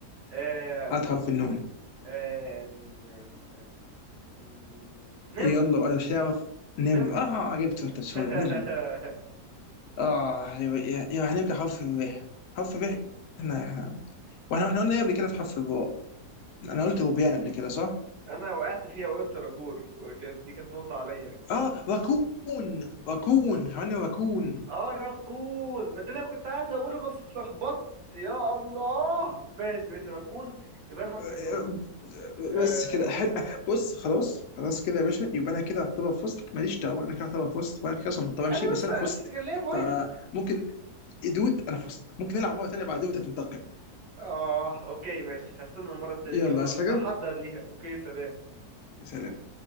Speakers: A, on the right; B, on the left.
A: آه
B: هات
A: نون
B: حرف النون
A: آه ن- ن- ن- نمر
B: يلا وانا مش هعرف نمر
A: نمر
B: اه جبته انت بسهوله
A: <laughs>
B: نمر اه يبقى يبقى هنبقى حرف الراء حرف الراء
A: مم.
B: احنا احنا واحنا واحنا قلنا إيه قبل كده في حرف الراء
A: مم.
B: انا قلت بوبيان قبل كده صح؟
A: انا وقعت فيها وقلت راكور وكانت دي كانت نقطة عليا
B: اه وكون وكون حيوان وكون
A: اه راكون ما ده انا كنت عايز اقوله بس اتلخبطت يا الله ماشي ماشي راكون يبقى حرف
B: آه،
A: النون
B: آه،
A: آه
B: بس كده حلو بص خلاص خلاص كده يا باشا يبقى انا كده اعتبر فزت ماليش دعوه انا كده اعتبر فزت وانا كده اصلا مضطر امشي
A: انا
B: بس
A: لسه
B: انا فزت
A: لسه كان ليا بوينت
B: فممكن يدود انا فزت ممكن نلعب مره تانيه بعدين وتنتقم
A: اه اوكي ماشي هستنى المره التانيه
B: يلا
A: دي
B: عايز حاجه
A: وهحضر ليها اوكي سلام
B: سلام